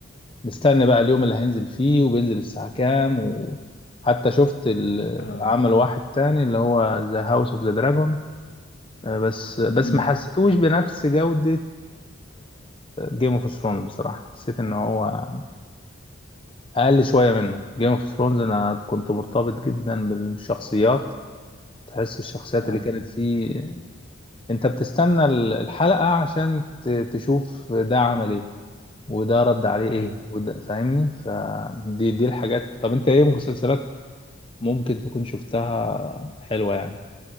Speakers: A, on the left; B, on the left.
A: مستني بقى اليوم اللي هينزل فيه وبينزل الساعه كام وحتى شفت ال...
B: اه
A: عمل واحد تاني اللي هو ذا هاوس اوف ذا دراجون آه، بس بس
B: امم
A: ما حسيتوش بنفس جودة جيم اوف ثرونز بصراحة حسيت ان هو اقل شوية منه جيم اوف ثرونز انا كنت مرتبط جدا بالشخصيات تحس الشخصيات
B: اه
A: اللي كانت فيه انت بتستنى ال- الحلقة عشان ت- تشوف ده عمل ايه وده رد عليه
B: ايوه
A: ايه وده فاهمني فدي دي الحاجات طب انت ايه مسلسلات ممكن تكون شفتها حلوة يعني